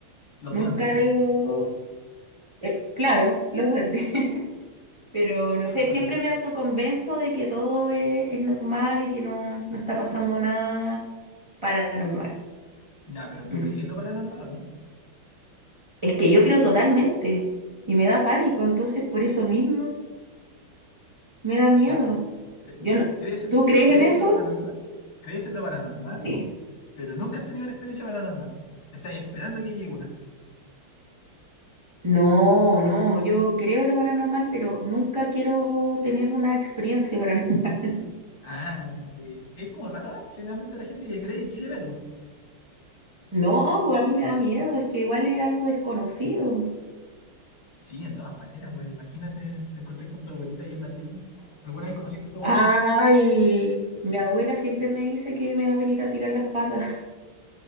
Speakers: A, on the left; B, on the right.
A: Los
B: Nunca
A: duendes, sí.
B: digo, eh, claro, los duendes. Pero
A: Súper
B: no sé,
A: racional.
B: siempre me autoconvenzo de que todo es, es normal y que no, no está pasando nada paranormal.
A: Ya, pero tú
B: Mm.
A: crees en lo paranormal o no?
B: Es que yo creo totalmente y me da pánico, entonces por eso mismo me da miedo.
A: Ya, pero te-
B: Yo no,
A: crees, en,
B: ¿tú crees
A: crees
B: en eso?
A: en lo paranormal, crees en lo paranormal,
B: Sí.
A: pero nunca has tenido una experiencia paranormal. Estás esperando que llegue una.
B: No, no, yo creo lo paranormal, pero nunca quiero tener una experiencia paranormal. <laughs>
A: Ah, eh, es como raro, ¿eh? Generalmente la gente que cree y quiere verlo.
B: No,
A: ¿cachai?
B: pues a mí me da miedo, es que igual es algo desconocido.
A: Sí, en todas maneras, güey. Imagínate, te encontrás con tu abuelita ahí en la pieza. ¿Alguna vez conociste a tu abuelita
B: Ay,
A: siquiera?
B: mi abuela siempre me dice que me va a venir a tirar las patas.